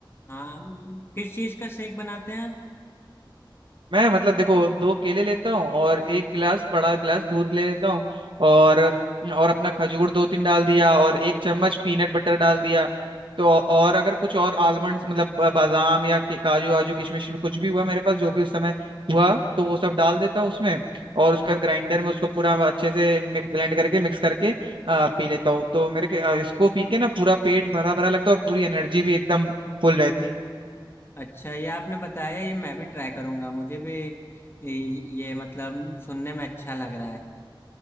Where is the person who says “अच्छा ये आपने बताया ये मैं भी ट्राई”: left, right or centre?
Left